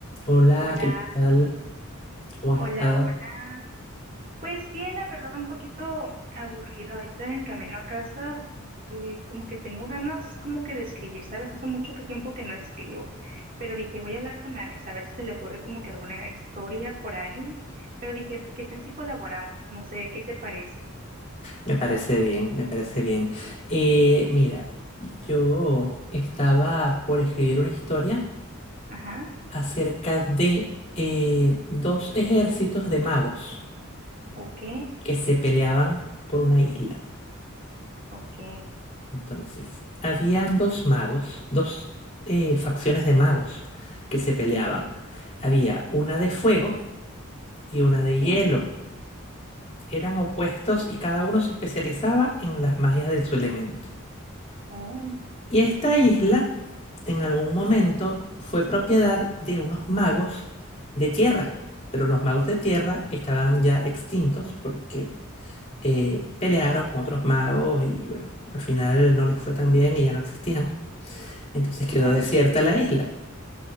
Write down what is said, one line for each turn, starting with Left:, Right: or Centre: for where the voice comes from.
Left: Hola,
Right: Hola,
Left: ¿qué tal? ¿Cómo has
Right: hola,
Left: estado?
Right: hola. Pues bien, la verdad, un poquito aburrida. Ahorita en camino a casa vi que como que tengo ganas como que de escribir, ¿sabes? Hace mucho que tiempo que no escribo, pero dije, voy a hablar con Alex a ver si se le ocurre como que alguna historia por ahí. Pero dije, ¿qué tal si colaboramos? No sé, ¿qué te parece?
Left: Me parece bien, me parece bien. Eh, mira, yo estaba por escribir una historia
Right: Ajá,
Left: acerca de eh, dos ejércitos de magos
Right: ok,
Left: que se peleaban por una isla.
Right: ok,
Left: Entonces, habían dos magos, dos eh, facciones de magos que se peleaban. Había una de fuego y una
Right: ok.
Left: de hielo. Eran opuestos y cada uno se especializaba en las magias de su elemento.
Right: Oh,
Left: Y esta isla, en algún momento, fue propiedad de unos magos de tierra. Pero los magos de tierra estaban ya extintos porque eh, pelearon con otros magos y bueno, al final no les fue tan bien y ya no existían. Entonces quedó
Right: ajá,
Left: desierta
Right: sí, sí.
Left: la isla.